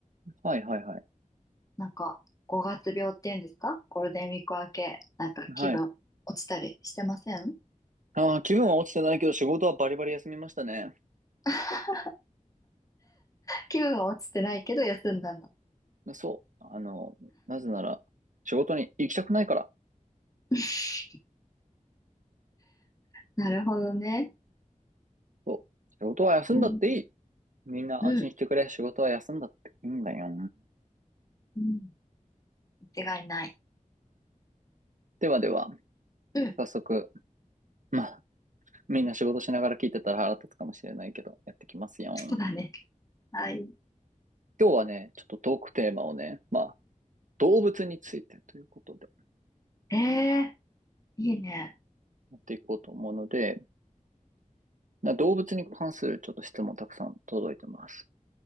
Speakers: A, on the right (about 70°); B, on the left (about 25°).
A: はいはいはい。
B: なんか、5月病っていうんですかゴールデンウィーク明け、なんか気分落ちたりしてません
A: はい。あー、気分は落ちてないけど仕事はバリバリ休みましたね。
B: <laughs> 気分は落ちてないけど休んだんだ。
A: そう。あの、なぜなら仕事に行きたくないから。
B: <laughs> なるほどね。
A: そう。仕事は休んだっていい。
B: うん。
A: みんな安心してくれ。
B: うん。
A: 仕事は休んだっていいんだよ。
B: うん。間違いない。
A: ではでは、
B: うん。
A: 早速、まあ、みんな仕事しながら聞いてたら腹立つかもしれないけど、やってきますよ。
B: そうだね。はい。
A: 今日はね、ちょっとトークテーマをね、まあ、動物についてということで
B: ええーいいね。
A: やっていこうと思うので、な動物に関するちょっと質問たくさん届いてます。